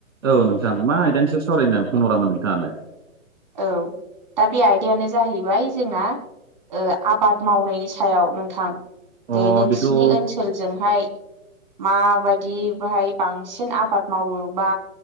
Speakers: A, on the right; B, on the right.
A: औ नोंथां मा आयदानि सायाव सावरायनो फन हरामोन नोंथाङालाय?
B: औ दा बे आयदायानो जाहैबाय जोंना ओ आबाद मावनायनि सायाव नोंथां
A: अ
B: जे नोंसिनि
A: बेथ' औ
B: ओनसोलजोंहाय माबायदि बाहाय बांसिन आबाद मावो बा